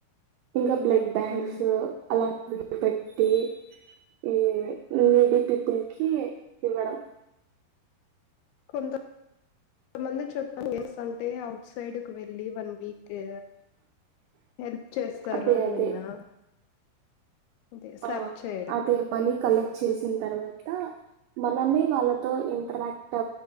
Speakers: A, on the right (about 85°); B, on the left (about 80°).
A: ఇంకా బ్లడ్ బ్యాంక్స్
B: హ్మ్.
A: అలాంటి పెట్టి ఈ నేబీ పీపుల్ కి ఇవ్వడం
B: కొంత కొంతమంది చెప్పండి ఎస్ అంటే అఔట్ సైడ్ కి వెళ్ళి వన్ మీకు హెల్ప్ చేస్తారు
A: అదే
B: అని
A: అదే
B: విన్నా అదే సెర్చ్
A: ఆ
B: చేయడం.
A: అదే పని కలె చేసిన తర్వాత మనమే వాళ్తో ఇంటరక్ట్